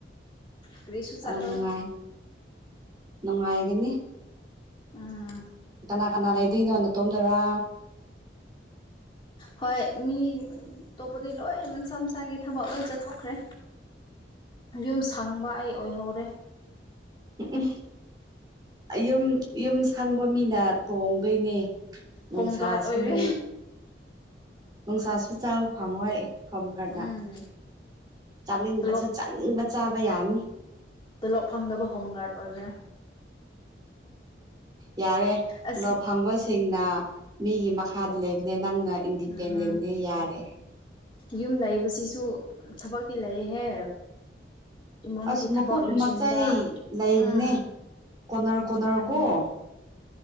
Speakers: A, on the left; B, on the right.
A: ꯀꯔꯤꯁꯨ ꯆꯠꯂꯣꯏ
B: ꯅꯨꯡꯉꯥꯏ ꯅꯨꯡꯉꯥꯏꯒꯅꯤ
A: ꯑꯥ
B: ꯀꯅꯥ ꯀꯅꯥ ꯂꯩꯗꯣꯏꯅꯣ ꯅ ꯇꯣꯝꯗꯣꯏꯔ
A: ꯍꯣꯏ ꯃꯤ ꯑꯇꯣꯞꯄꯗꯤ ꯂꯣꯏ ꯃꯟꯁꯥ ꯃꯁꯥꯒꯤ ꯊꯕꯛ ꯂꯣꯏ ꯆꯠꯊꯣꯛꯈ꯭ꯔꯦ ꯌꯨꯝ ꯁꯪꯕ ꯑꯩ ꯑꯣꯏꯍꯧꯔꯦ
B: ꯎ ꯌꯨꯝ ꯌꯨꯝ ꯁꯪꯕ ꯃꯤꯅ ꯇꯣꯡꯗꯣꯏꯅꯦ ꯅꯨꯡꯁꯥꯁꯨ
A: ꯍꯣꯝ ꯒꯥꯔꯗ ꯑꯣꯏꯔꯦ
B: ꯅꯨꯡꯁꯥꯁꯨ ꯆꯥꯕ ꯐꯪꯉꯣꯏ ꯍꯣꯝ ꯒꯥꯔꯗꯅ
A: ꯎꯝ
B: ꯆꯥꯅꯤꯡꯕꯁꯨ
A: ꯇꯣꯂꯣꯞ
B: ꯆꯥꯅꯤꯡꯕ ꯆꯥꯕ ꯌꯥꯅꯤ
A: ꯇꯣꯂꯣꯞ ꯐꯪꯗꯕ ꯍꯣꯝ ꯒꯥꯔꯗ ꯑꯣꯏꯈ꯭ꯔꯦ
B: ꯌꯥꯔꯦ ꯊꯂꯛ
A: ꯑꯁ
B: ꯐꯪꯕꯁꯤꯡ ꯅ ꯃꯤꯒꯤ ꯃꯈꯥꯗ ꯂꯩꯕꯅꯦ ꯅꯪꯅ ꯏꯟꯗꯤꯄꯦꯟꯗꯦꯦ
A: ꯎꯝ
B: ꯌꯥꯔꯦ
A: ꯌꯨꯝ ꯂꯩꯕꯁꯤꯁꯨ ꯊꯕꯛꯇꯤ ꯂꯩꯌꯦꯍꯦ ꯏꯃꯨꯡꯒꯤ
B: ꯑꯁ ꯃꯈꯀꯨꯞ
A: ꯊꯕꯛ ꯂꯣꯏꯁꯤꯟꯕ
B: ꯃꯆꯥꯏ ꯂꯩꯕꯅꯦ
A: ꯎꯝ
B: ꯀꯣꯅꯔ ꯀꯣꯅꯔ
A: ꯌꯥꯝ
B: ꯀꯣ
A: ꯂꯩ